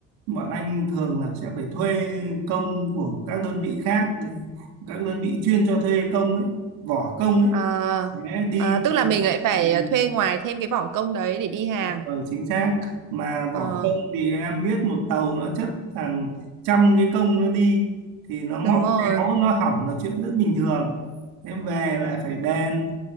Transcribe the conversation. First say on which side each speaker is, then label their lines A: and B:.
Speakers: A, on the right (about 80°); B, on the right (about 65°).
A: bọn anh thường là sẽ phải thuê công của các đơn vị khác để các đơn vị chuyên cho thuê công ấy vỏ công ấy
B: Ờ,
A: nhé đi
B: ờ, tức
A: thì
B: là mình lại phải
A: ừ,
B: ờ, thuê ngoài thêm cái vỏ công đấy để đi hàng.
A: ờ, chính xác mà vỏ
B: Ờ,
A: công thì em biết một tàu nó chất hàng trăm cái công nó đi thì nó móc
B: đúng rồi.
A: méo nó hỏng là chuyện rất bình thường thế về lại phải đèn